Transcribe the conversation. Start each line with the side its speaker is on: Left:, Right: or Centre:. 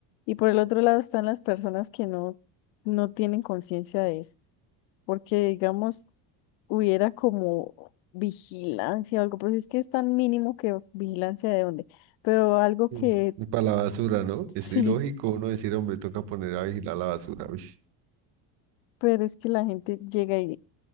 Left: y por el otro lado están las personas que no, no tienen conciencia de eso, porque digamos, hubiera como vigilancia o algo, pero es que es tan mínimo que vigilancia de dónde, pero algo
Right: Sí.
Left: que
Right: Para la basura, ¿no?
Left: sí,
Right: Es ilógico uno decir, hombre, toca poner a vigilar la basura. uy.
Left: pero es que la gente llega y